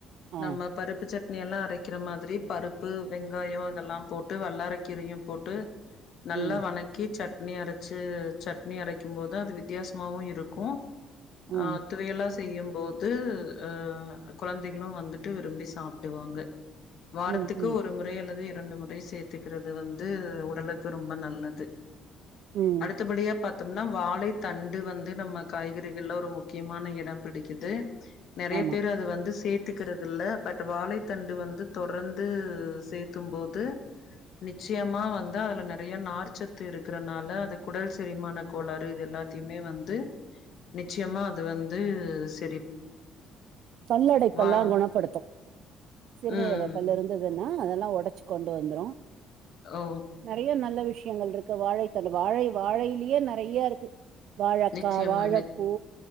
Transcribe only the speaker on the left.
நம்ம பருப்பு சட்ட ட்னி எல்லா அரைக்கிற மாதிரி பருப்பு வெங்காயோ இதெல்லா போட்டு வல்லார கீரையும் போட்டு நல்ல
வணக்கி சட் சட்னி அரைச்சு சட்னி அரைக்கும் போது அது வித்தியாசமாவும் இருக்கு க்கும்
அஹ் துவையலா செய்யும் போ உ அஹ குழந்தைகளும் வந்துட்டு விரும்பி சாப்பிடுவாங்க வாரத்துக்கு
ஒரு முறை அல்லது இர ரெண்டு முறை சேர்த்துக்கிறது வந் ந்து உடலுக்கு ரொம்ப நல்லது
அடுத்தபடிய பாத்தோம்னா வாழை தண்டு வந்து நம்ம காய்கறிகள்ல ஒரு முக்கியமான இடம் பிடிக்குது நெறைய
பேர் அது வந்து சேத்துக்கிறது இல்ல பட் ட் வாழைத்தண்டு வந்து தொடர்ந்து சேத்தும் போது நி நிச்சயமா வந்து அதுல நெறைய நார்ச்சத்து இருக்கிறனால அது குடல் செரிமான கோளாறு இது எல்லாத்தையுமே வந்து நிச்சயமா அது வந்து செ
வா
ம்.
ஓ!
நிச்சயமா,